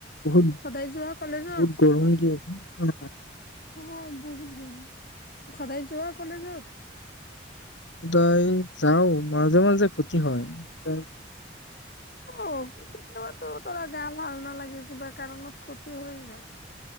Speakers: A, on the left; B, on the left.
A: বহুত
B: সদায় যোৱা কলেজত
A: বহুত গৰম দি আছে।
B: অ বহুত গাম আছে সদায় যোৱা কলেজত?
A: সদায় যাও মাজে মাজে ক্ষতি হয় ত।
B: অ কেতিয়াবাতো তোৰা গা ভাল নালাগে কিবা কাৰণত ক্ষতি হৈ যায়।